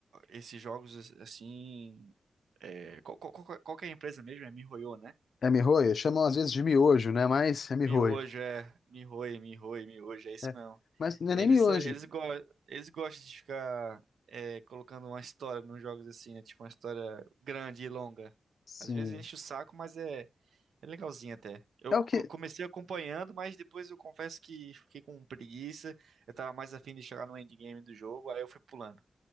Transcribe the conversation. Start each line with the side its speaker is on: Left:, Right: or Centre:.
Right: esses jogos, assim. É, qual, qual, qual, qual que é a empresa mesmo? É miHoYo, né?
Left: É mihoyo? Chamam às vezes de miojo, né? Mas é mihoyo.
Right: Miojo, é. miHoYo, miHoYo, miojo. É isso
Left: né?
Right: mesmo.
Left: Mas não
Right: Eles,
Left: é nem miojo.
Right: só- eles, go eles gostam de ficar é, colocando uma história nos jogos assim, né? Tipo uma história grande e longa.
Left: Sim.
Right: Às vezes enche o saco, mas é, é legalzinho até. Eu
Left: É o
Right: co-
Left: que.
Right: comecei acompanhando, mas depois eu confesso que fiquei com preguiça. Eu tava mais afim de chegar no endgame do jogo, aí eu fui pulando.